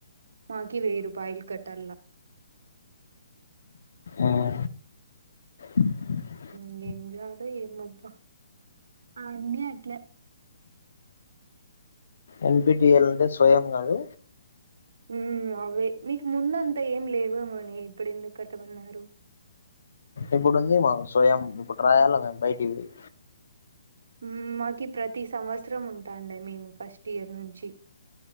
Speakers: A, on the right; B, on the left.
A: మాకి వెయ్యి రూపాయల్ కట్టల్లా
B: ఉమ్ <inaudible>
A: ఇంగేం జేయాలో ఏమోబ్బ అన్నీ అట్లే
B: ఎన్ పి టి ఎల్ అంటే స్వయం గాదు
A: ఉమ్ అవ్వే నీకు ముందంతా ఏం లేవేమోనే ఇప్పుడు ఎందుకట్టమన్నారు
B: ఇప్పుడుంది మాకు స్వయం ఇప్పుడు రాయాల మేం బయటిక్పోయి
A: ఉమ్ మాకి ప్రతి సంవత్సరం ఉంటాండయ్ మేము ఫస్ట్ ఇయర్ నుంచి